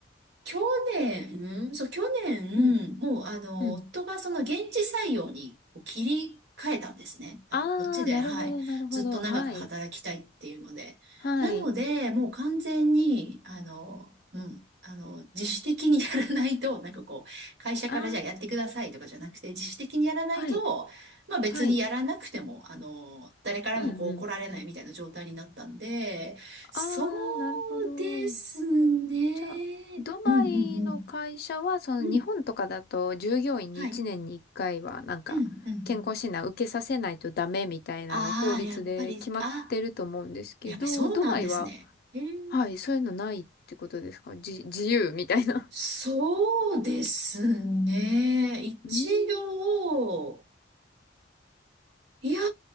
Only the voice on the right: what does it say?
去年、うんそう、去年、
もう、あの、
夫がその現地採用にこう切り替えたんですね。なんかこっちで、
はい、
ずっと長く働きたいっていうので。
なので、もう完全に、あの、うん、あの、自主的にやらないと、なんかこう、会社からじゃあやってくださいとかじゃなくて、
自主的にやらないと、
まあ別にやらなくても、
あの、誰からもこう怒られないみたいな状態になったんで、
そ
うですね。
うんうんうん。
うん。はい。う
んうん。
ああー、やっぱり、あ、やっぱりそうなんですね。
えー、
そうですね。一応、
いやー、